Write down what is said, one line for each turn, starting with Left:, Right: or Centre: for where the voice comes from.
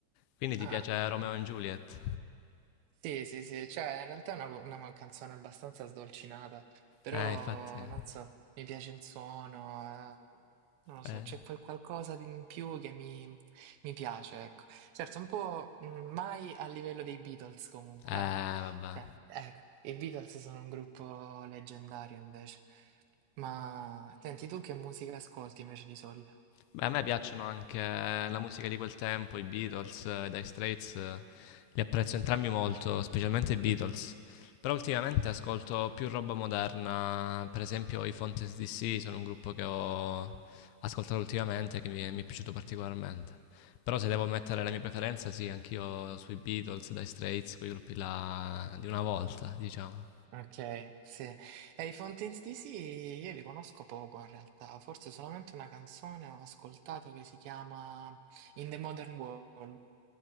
Left: Quindi ti
Right: Ah,
Left: piace Romeo
Right: ah.
Left: e Juliet?
Right: sì, sì, sì, cioè in realtà è una, una man- canzone abbastanza sdolcinata, però
Left: Eh, infatti.
Right: non so, mi piace il suono, eh, non lo so,
Left: Eh,
Right: c'è quel qualcosa di in più che mi, mi piace, ecco. Certo, un po' mh, mai a livello dei Beatles comunque,
Left: eh,
Right: eh.
Left: vabbè.
Right: Cioè, ecco, i Beatles sono un gruppo leggendario invece. Ma senti, tu che musica ascolti invece di solito?
Left: Beh, a me piacciono anche la musica di quel tempo, i Beatles, eh, i Dire Straits, eh, li apprezzo entrambi molto, specialmente i Beatles. Però ultimamente ascolto più roba moderna, per esempio i Fontes DC sono un gruppo che ho ascoltato ultimamente che mi è, mi è piaciuto particolarmente. Però se devo mettere la mia preferenza, sì, anch'io sui Beatles, Dire Straits, quei gruppi là di una volta, diciamo.
Right: Ok, sì. E i Fontaine's DC io li conosco poco in realtà, forse solamente una canzone ho ascoltato che si chiama In the Modern World,